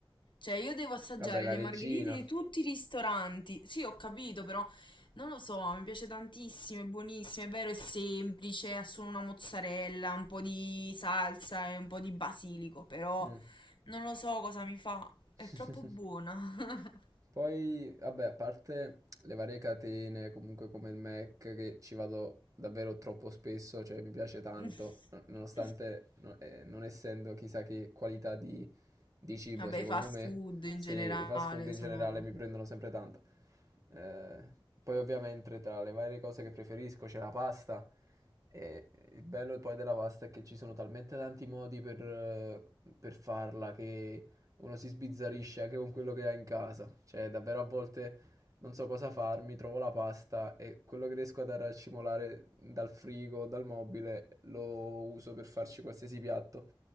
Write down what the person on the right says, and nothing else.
Vabbè, la
regina.
<laughs>
Mm.
<laughs>
Poi, vabbè, a parte le varie catene, comunque come il Mac, che ci vado davvero troppo spesso, cioè mi piace tanto,
no- nonostante no- eh, non essendo chissà che qualità di, di cibo,
secondo
me,
se
i fast food in
generale mi prendono sempre tanto. Eh, poi ovviamente tra le varie cose che preferisco c'è la pasta e il bello poi della pasta è che ci sono talmente tanti modi per, eh, per farla che uno si sbizzarrisce anche con quello che ha in casa. Cioè, davvero a volte non so cosa farmi, trovo la pasta e quello che riesco ad racimolare dal frigo o dal mobile lo uso per farci qualsiasi piatto.